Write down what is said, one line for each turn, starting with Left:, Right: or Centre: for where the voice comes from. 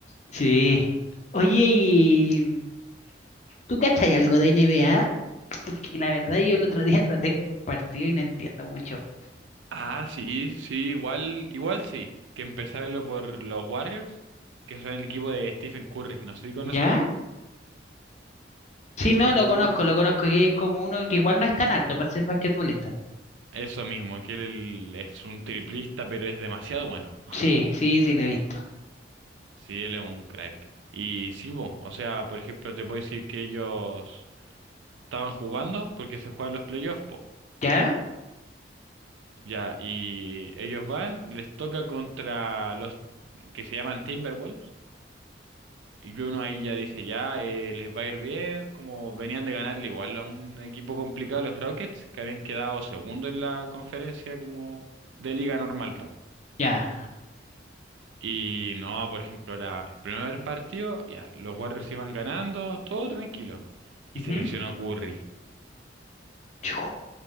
Left: sí. Oye, ¿y tú cachai algo de NBA? Porque la verdad yo el otro día <laughs> traté de ver un partido y no entiendo mucho.
Right: Ah, sí, sí, igual, igual sí. Que empecé a verlo por los Warriors, que son el equipo de Stephen Curry. No sé si conocía
Left: ¿Ya?
Right: a él.
Left: Sí,
Right: Que Stephen
Left: no, lo
Right: Curry,
Left: conozco, lo conozco, que es como uno que igual no es tan alto para ser basquetbolista.
Right: eso mismo, que él es un triplista, pero es demasiado bueno. <laughs>
Left: Sí, sí, sí, lo he visto.
Right: Sí, él es un crack. Y sí, po, o sea, por ejemplo, te puedo decir que ellos estaban jugando porque se juegan los playoffs, po.
Left: ¿Ya?
Right: Ya, y ellos van, les toca contra los que se llaman Timberwolves Y uno ahí ya dice, ya, eh, les va a ir bien, como venían de ganarle igual a un equipo complicado, los Rockets, que habían quedado segundo en la conferencia como de liga normal, po.
Left: Ya.
Right: Y no, por ejemplo, era el primer partido, ya, los Warriors iban ganando, todo tranquilo. Y
Left: Ujú.
Right: se lesionó Curry.
Left: Chu.